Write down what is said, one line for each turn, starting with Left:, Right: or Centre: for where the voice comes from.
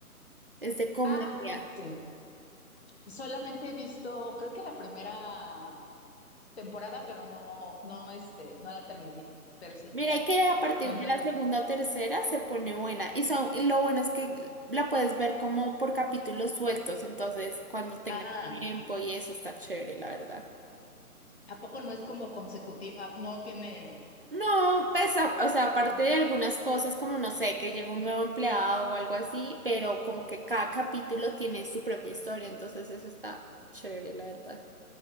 Right: es de comedia.
Left: Ah, sí. Solamente he visto, creo que la primera temporada, pero no, no, este, no la terminé, pero sí.
Right: Mira, y que a partir
Left: ¿Dónde
Right: de la segunda o tercera se pone buena y son, y lo bueno es que la puedes ver como por capítulos sueltos, entonces cuando tengas
Left: Ah.
Right: tiempo y eso está chévere, la verdad.
Left: ¿A poco no es como consecutiva? No tiene.
Right: No, pesa, o sea, aparte
Left: Oh,
Right: de algunas cosas como, no sé, que llegó un nuevo empleado o algo así, pero como que cada capítulo tiene su propia historia, entonces eso está chévere, la verdad.